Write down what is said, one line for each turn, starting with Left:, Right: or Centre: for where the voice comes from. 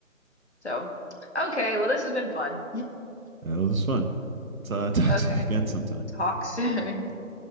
Left: So, okay. Well, this has been fun.
Right: Yeah, it was fun. So I'll talk
Left: Okay,
Right: to you again sometime.
Left: talk soon. <laughs>